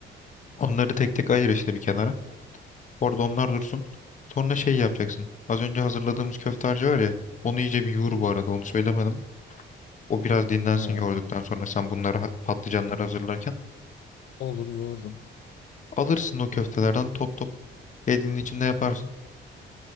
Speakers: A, on the left; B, on the left.
A: Onları tek tek ayır işte bir kenara. Orada onlar dursun. Sonra şey yapacaksın. Az önce hazırladığımız köfte harcı var ya. Onu iyice bir yoğur bu arada. Onu söylemedim. O biraz dinlensin
B: Ha.
A: yoğurduktan sonra sen bunları ha- patlıcanları hazırlarken
B: Olur yoğururum.
A: alırsın o köftelerden top top elinin içinde yaparsın.